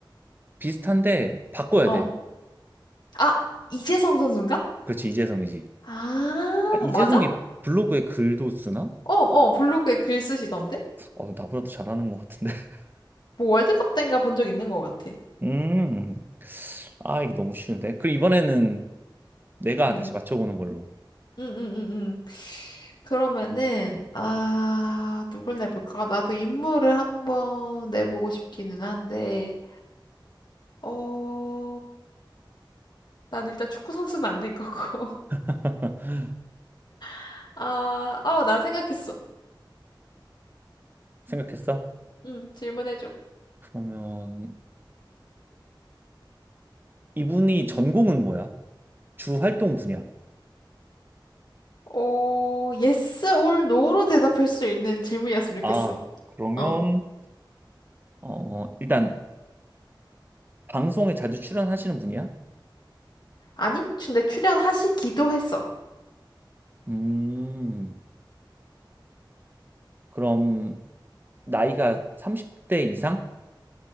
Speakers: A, on the right (about 25°); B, on the left (about 60°).
A: 비슷한데 바꿔야
B: 어.
A: 돼.
B: 아, 이재성 선수인가?
A: 그렇지, 이재성이지.
B: 아,
A: 아, 이재성이
B: 맞아?
A: 블로그에 글도 쓰나?
B: 어, 어, 블로그에 글 쓰시던데?
A: 어, 나보다 더 잘하는 것 같은데. <laughs>
B: 뭐 월드컵 때인가 본 적 있는 것 같아.
A: 음, 아 이거 너무 쉬운데. 그럼 이번에는 내가
B: 응,
A: 다시 맞춰보는 걸로
B: 응, 응, 응, 응. 그러면은, 아, 누굴 내볼까? 나도 인물을 한번 내보고 싶기는 한데, 어, 난 일단 축구 선수는 안 낼 거고.
A: <laughs>
B: <laughs> 아, 어, 나 생각했어.
A: 생각했어?
B: 응, 질문해줘.
A: 그러면 이분이 전공은 뭐야? 주 활동 분야.
B: 어, yes or no로 대답할 수 있는 질문이었으면
A: 아,
B: 좋겠어.
A: 그러면,
B: 어.
A: 어, 일단, 방송에 자주 출연하시는 분이야?
B: 아니, 근데 출연하시기도 했어.
A: 음, 그럼, 나이가 30대 이상?